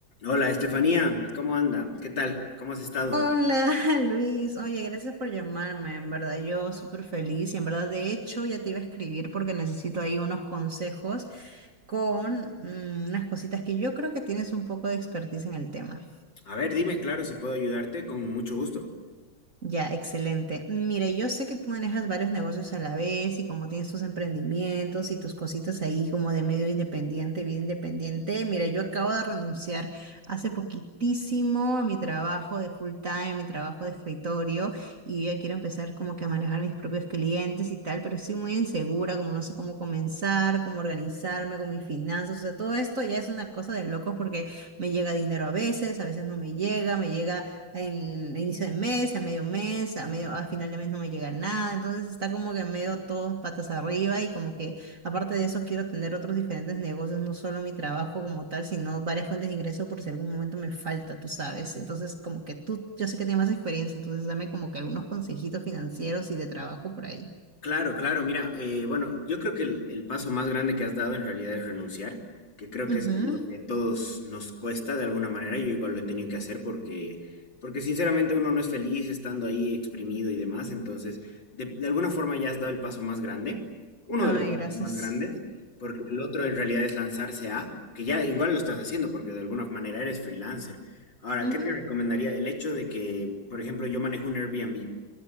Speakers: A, on the left; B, on the right.
A: Hola, Estefanía, ¿cómo anda? ¿Qué tal? ¿Cómo has estado?
B: Hola <laughs> Luis, oye, gracias por llamarme, en verdad yo súper feliz y en verdad de hecho ya te iba a escribir porque necesito ahí unos consejos con mm, unas cositas que yo creo que tienes un poco de expertise en el tema.
A: A ver, dime, claro, si puedo ayudarte, con mucho gusto.
B: Ya, excelente. Mire, yo sé que tú manejas varios negocios a la vez y como tienes tus emprendimientos y tus cositas ahí como de medio independiente, vida independiente. Mira, yo acabo de renunciar hace poquitísimo a mi trabajo de full time, mi trabajo de escritorio y ya quiero empezar como que a manejar mis propios clientes y tal, pero estoy muy insegura, como no sé cómo comenzar, cómo organizarme con mis finanzas, o sea, todo esto ya es una cosa de locos porque me llega dinero a veces, a veces no me llega, me llega el inicio de mes, a medio mes, a medio, a final de mes no me llega nada, entonces está como que medio todos patas arriba y como que aparte de eso quiero tener otros diferentes negocios, no solo mi trabajo como tal, sino varias fuentes de ingreso por si algún momento me falta, tú sabes. Entonces como que tú, yo sé que tienes más experiencia, entonces dame como que algunos consejitos financieros y de trabajo por ahí.
A: Claro, claro, mira, eh, bueno, yo creo que el, el paso más grande que has dado en realidad es renunciar, que creo
B: Ujú.
A: que es lo que todos nos cuesta de alguna manera, yo igual lo he tenido que hacer porque, porque sinceramente uno no es feliz estando ahí exprimido y demás, entonces de, de alguna forma ya has dado el paso más grande, uno
B: Ay,
A: de los pasos
B: gracias.
A: más grandes, porque el otro en realidad es lanzarse a, que ya igual lo estás haciendo porque de alguna manera eres freelancer. Ahora,
B: Ujú.
A: ¿qué te recomendaría? El hecho de que, por ejemplo, yo manejo un Airbnb.